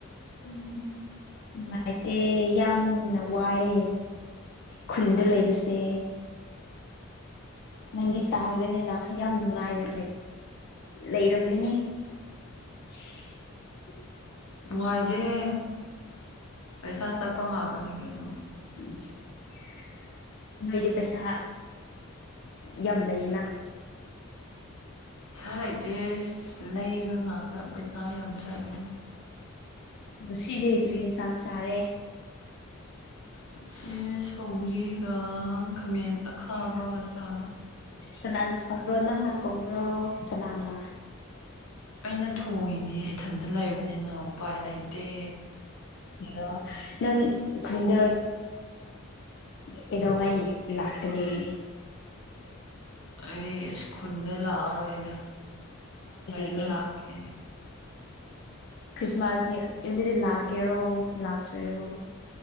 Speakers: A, on the left; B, on the left.
A: ꯎꯝꯅꯨꯡꯉꯥꯏꯇꯦ ꯌꯥꯝꯅ ꯋꯥꯏ ꯈꯨꯟꯗ
B: ꯑꯁ
A: ꯂꯩꯕꯁꯦ ꯅꯪꯒꯤ ꯇꯥꯎꯟꯗꯅꯤꯅ ꯌꯥꯝ ꯅꯨꯡꯉꯥꯏꯅ ꯂꯩꯔꯝꯒꯅꯤ <unintelligible>
B: ꯅꯨꯡꯉꯥꯏꯇꯦꯍꯦ ꯄꯩꯁꯥ ꯆꯠꯄ ꯉꯥꯛꯇꯅꯤ ꯀꯩꯅꯣ
A: ꯎꯝ ꯅꯣꯏꯗꯤ ꯄꯩꯁꯥ ꯌꯥꯝ ꯂꯩꯅ
B: ꯏꯁꯩ ꯂꯩꯇꯦ ꯂꯩꯕ ꯉꯥꯛꯇ ꯄꯩꯁꯥ ꯌꯥꯝ ꯆꯠꯂꯤꯅ
A: ꯉꯁꯤꯗꯤ ꯀ꯭ꯔꯤ ꯏꯟꯁꯥꯡ ꯆꯥꯔꯦ
B: ꯃꯁꯤ ꯁꯧꯒꯔꯤꯒ ꯈꯥꯃꯦꯟ ꯑꯈꯥꯕꯒꯆꯥ
A: ꯀꯅꯥꯅ ꯊꯣꯡꯕ꯭ꯔꯣ ꯅꯪꯅ ꯊꯣꯡꯕ꯭ꯔꯣ ꯀꯅꯥꯅ
B: ꯑꯩꯅ ꯊꯣꯡꯉꯤꯅꯦ ꯏꯊꯟꯇ ꯂꯩꯔꯕꯅꯤꯅ ꯎꯄꯥꯏ ꯂꯩ ꯇꯥ
A: ꯑꯣ ꯅꯪ ꯈꯨꯟꯗ ꯀꯩꯗꯧꯉꯥꯏ ꯂꯥꯛꯀꯅꯤ ꯎꯝ
B: ꯑꯩ ꯏꯁ ꯈꯨꯨꯟꯗ ꯂꯥꯛꯑꯔꯣꯏꯗ ꯉꯥꯏꯍꯥꯛ
A: ꯀꯔꯤꯒꯤ
B: ꯂꯩꯔꯒ ꯂꯥꯛꯀꯦ
A: ꯀ꯭ꯔꯤꯁꯃꯁ ꯂꯥꯛꯀꯦꯔꯣ ꯂꯥꯛꯑꯣꯢꯔꯣ